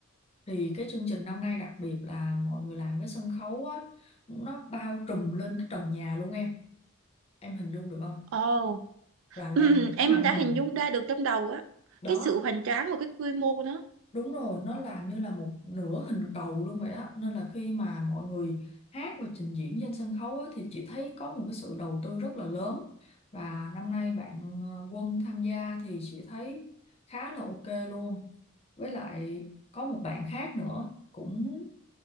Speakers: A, on the left; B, on the right.
A: thì cái chương trình năm nay đặc biệt là mọi người làm cái sân khấu á nó bao trùm lên cái trần nhà luôn em em hình dung được không
B: Ồ.
A: là làm
B: Ừm,
A: một
B: em
A: cái màn
B: đã
A: hình
B: hình dung ra được trong đầu á
A: đó
B: cái sự hoành tráng và cái quy mô của nó
A: Đúng rồi, nó làm như là một nửa hình cầu luôn vậy á. Nên là khi mà mọi người hát và trình diễn trên sân khấu á, thì chị thấy có một cái sự đầu tư rất là lớn. Và năm nay bạn ờ, Quân tham gia thì chị thấy khá là ok luôn. Với lại có một bạn khác nữa cũng